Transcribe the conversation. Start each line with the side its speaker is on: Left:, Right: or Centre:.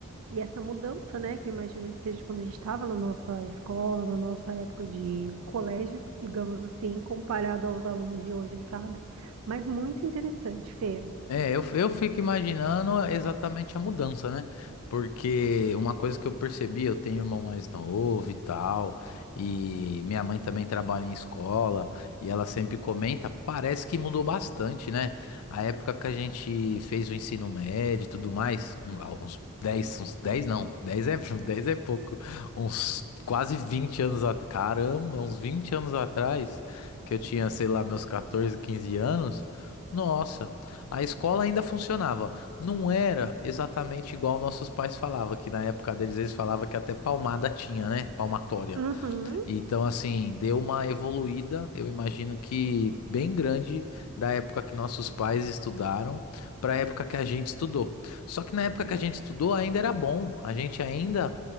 Right: E essa mudança, né, que eu imagino que seja quando a gente estava na nossa escola, na nossa época de colégio, digamos assim, comparado aos alunos de hoje, sabe? Mas muito interessante, Fê.
Left: É, eu, eu fico imaginando exatamente a mudança, né? Porque uma coisa que eu percebi, eu tenho um irmão mais novo e tal, e minha mãe também trabalha em escola, e ela sempre comenta, parece que mudou bastante, né? A época que a gente fez o ensino médio e tudo mais, um- ah, uns 10, uns 10 não, 10 é, <laughs> 10 é pouco, uns quase 20 anos atrás, caramba, uns 20 anos atrás, que eu tinha, sei lá, meus 14, 15 anos, nossa. A escola ainda funcionava. Não era exatamente igual nossos pais falavam, que na época deles eles falavam que até palmada tinha, né? Palmatória.
Right: Uhum.
Left: Então, assim, deu uma evoluída, eu imagino que bem grande, da época que nossos pais estudaram para a época que a gente estudou. Só que na época que a gente estudou ainda era bom, a gente ainda